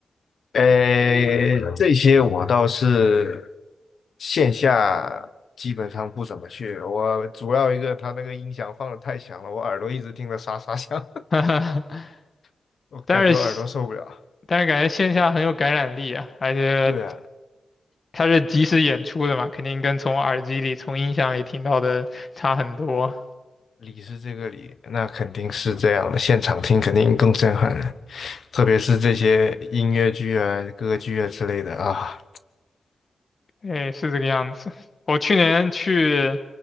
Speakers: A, on the left; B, on the left.
A: 呃，这些我倒是线下基本上不怎么去。我主要一个，他那个音响放的太响了，我耳朵一直听着沙沙响，
B: <laughs>
A: <laughs> 我感觉我耳朵受不了。
B: 但是，但是感觉线下很有感染力啊，而且
A: 对啊，
B: 它是即时演出的嘛，肯定跟从耳机里、从音响里听到的差很多。
A: 理是这个理，那肯定是这样的，现场听肯定更震撼了，特别是这些音乐剧啊、歌剧啊之类的啊。
B: 哎，是这个样子。我去年去